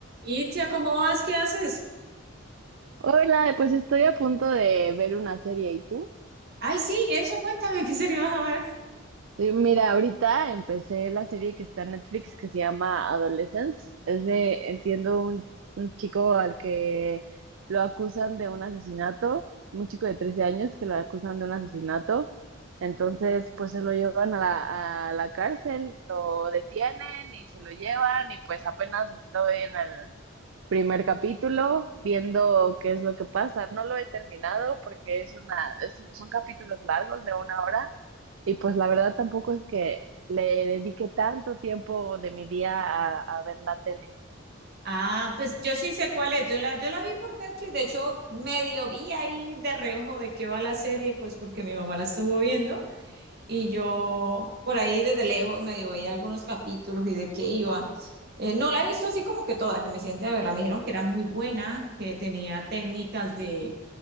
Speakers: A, on the right; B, on the right.
A: Itzia, ¿cómo vas? ¿Qué haces?
B: Hola, pues estoy a punto de ver una serie. ¿Y tú?
A: Ay, sí, eso, cuéntame, ¿qué serie vas a ver?
B: Sí, mira, ahorita empecé la serie que está en Netflix que se llama Adolescence. Es de, entiendo, un, un chico al que lo acusan de un asesinato, un chico de 13 años que lo acusan de un asesinato. Entonces, pues se lo llevan a la, a la cárcel, lo detienen y se lo llevan y pues apenas estoy en el primer capítulo viendo qué es lo que pasa. No lo he terminado porque es una, es un- son capítulos largos de una hora. Y pues la verdad tampoco es que le dedique tanto tiempo de mi día a, a ver la tele.
A: Ah, pues yo sí sé cuál es. Yo la, yo la vi por Netflix, de hecho, medio vi ahí de reojo de qué va la serie, pues porque mi mamá la estuvo viendo. y yo por ahí desde lejos medio veía algunos capítulos y de qué iba. Eh, no la he visto así como que toda, que me siente a verla. Me dijeron que era muy buena, que tenía técnicas de,